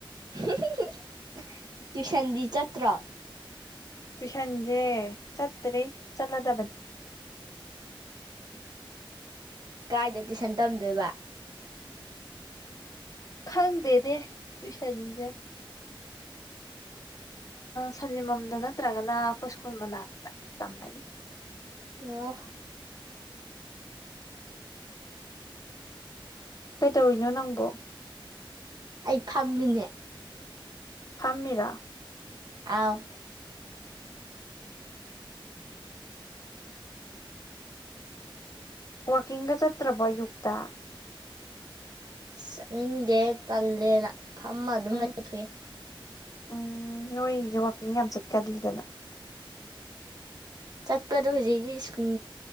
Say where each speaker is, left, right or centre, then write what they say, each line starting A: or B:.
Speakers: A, on the right; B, on the left.
A: <unintelligible> ꯇ꯭ꯨꯏꯁꯟꯗꯤ ꯆꯠꯇ꯭ꯔꯣ
B: ꯇꯨꯏꯁꯟꯁꯦ ꯆꯠꯇ꯭ꯔꯦ ꯆꯠꯂꯗꯕꯅꯦ
A: ꯀꯥꯏꯗ ꯇꯨꯏꯁꯟ ꯇꯝꯗꯣꯏꯕ
B: ꯈꯪꯗꯦꯅꯦ ꯇꯨꯏꯁꯟꯁꯦ ꯁꯟꯅꯤꯃꯝꯗ ꯅꯠꯇ꯭ꯔꯒꯅ ꯑꯩꯈꯣꯏ ꯁ꯭ꯀꯨꯜ ꯃꯅꯥꯛꯇ ꯇꯝꯃꯅꯤ
A: ꯑꯣ
B: ꯀꯩꯗꯧꯔꯤꯅꯣ ꯅꯪꯕꯣ
A: ꯑꯩ ꯐꯝꯃꯤꯅꯦ
B: ꯐꯝꯃꯔꯥ
A: ꯑꯥꯎ
B: ꯋꯥꯀꯤꯡꯒ ꯆꯠꯇ꯭ꯔ ꯕ ꯌꯨꯛꯇ
A: ꯆꯠꯅꯤꯡꯗꯦ ꯇꯜꯂꯦꯅ ꯐꯝꯃ ꯑꯗꯨꯝ
B: ꯎꯝ
A: ꯂꯩꯊꯣꯛꯑꯦ
B: ꯎꯝ ꯅꯣꯏꯁꯦ ꯋꯥꯛꯀꯤꯡ ꯌꯥꯝ ꯆꯠꯀꯗꯂꯤꯗꯅ
A: ꯆꯠꯄꯗꯣ ꯍꯧꯖꯤꯛꯇꯤ ꯁ꯭ꯀꯨꯜ